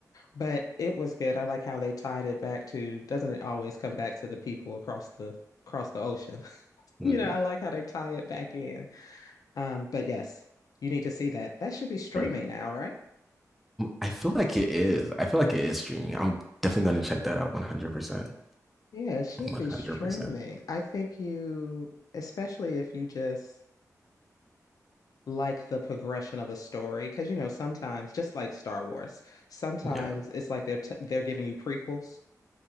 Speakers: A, on the left; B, in the centre.
A: But it was good. I like how they tied it back to, doesn't it always come back to the people across the across the ocean? <laughs>
B: Mm.
A: You know, I like how they tie it back in um, but yes, you need to see that. That should be streaming
B: I,
A: now, right?
B: I feel like it is. I feel like it is streaming. I'm definitely going to check that out 100%.
A: Yeah, it should
B: 100%.
A: be streaming. I think you, especially if you just like the progression of a story, because you know sometimes, just like Star Wars, sometimes
B: Yeah.
A: it's like they're t they're giving you prequels